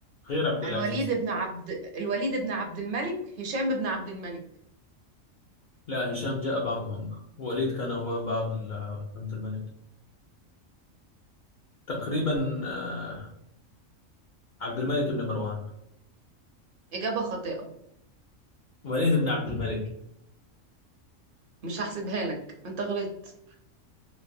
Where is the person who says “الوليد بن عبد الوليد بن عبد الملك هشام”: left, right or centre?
Right